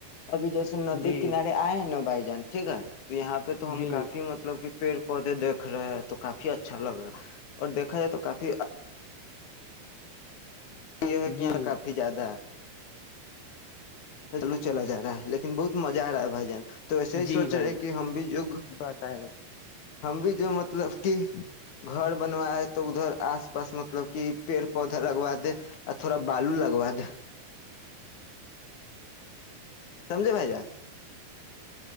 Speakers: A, on the left (about 50°); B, on the left (about 75°).
A: ابھی جیسے ندی
B: جی
A: کنارے آئے ہیں نا بھائی جان ٹھیک ہے تو یہاں پہ تو ہم
B: جی
A: کافی م ب پیڑ پودے دھ رہے ہیں تو کافی اچھا لگ رہا ہے اور دیکھا جائے تو کافی یہ ہے کہ
B: جی
A: یہاں کافی زیادہ ہے لو چلا جا رہا ہے لیکن بہت مزہ آ رہا ہے بھائی جان تو ایسے ہی
B: جی
A: سوچ
B: بھائی
A: رہے
B: جان
A: کہ ہم بھی جگ
B: بتائے بھائی
A: ہم بھی جو مطلب کہ گھر بنوائے ہے تو ادھر آس پاس مطلب کہ پیڑ پودا لگوا دے اور تھوڑا بالو لگوا دے سمجے بھائی جا